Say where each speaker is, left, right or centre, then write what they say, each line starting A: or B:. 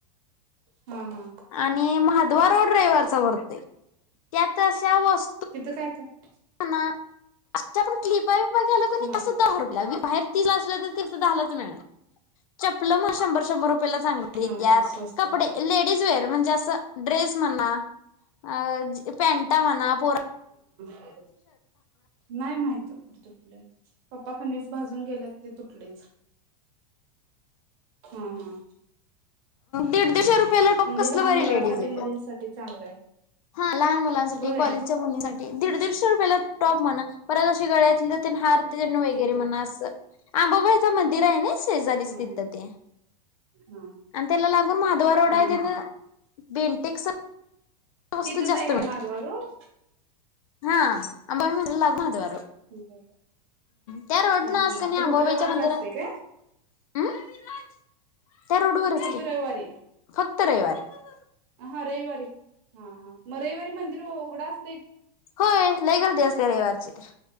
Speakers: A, on the right; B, on the left.
A: हा हा
B: आणि महाद्वार रोड रइवारचा भरतोय. त्या तशा वस
A: तिथं काय, काय?
B: णार आष्ट्या पर् क्लीप काय पण झाल क
A: हा
B: नइ तसच दहा रुपयाला वि हर तीसला असल तर तिथं दहलाच मिळणारं, चप्पल म शंभर-शंभर रू रुपयाला चांगली
A: हा
B: येतात,
A: हा स्वस्त
B: कपडे लेडीज वेअर म्हणजे असं ड्रेस म्हणा अ जि पँटा म्हणा पोरा
A: नाय माहित कुठ तरपडलन पप्पा कणीस भाजून गेल्यात ते तुटलयच‌. हा, हा.
B: दीड-दीडशे रुपयाला टॉप
A: म्हणजे
B: कसल
A: लहान
B: भारी
A: मुलांसाठी
B: लेडीज येत्यात.
A: मुलींसाठी चांगलं आहे.
B: हा लहान मुलांसाठी,
A: होय
B: कॉलेजच्या मुलींसाठी दीड-दीडशे रुपयला टॉप म्हणा परत अशी गळ्यातलीत तेन हार वगैरे
A: येत्यात
B: म्हणा असं आंबाबाईच मंदिर आहे ना शेजारीच
A: हा
B: तिथं
A: हा
B: ते,
A: हा
B: आणि त्याला लागून महाव्दार रोड
A: हा
B: आहे तेन
A: हा
B: बेंटेक्स वस्तू
A: तिथंचय
B: जास्त
A: काय
B: मिळतात
A: माधवा रोड?
B: हा अंबाबाई मदि लागून महाद्वार रोड.
A: ठिकय ठि
B: त्या रोड
A: हा
B: न असं
A: हा
B: कणी
A: तिथं
B: आंबाबाईच्या
A: फक्त रऊवारच
B: मंदिरात
A: असतय काय?
B: हम्म त्या रोडवरच
A: फक्त
B: की
A: रइवारी
B: फक्त रविवारी
A: हा रइवारी. हा, हा म रविवारी मंदिर उघड अस
B: होय लय गर्दी असत्या रइवारची तर.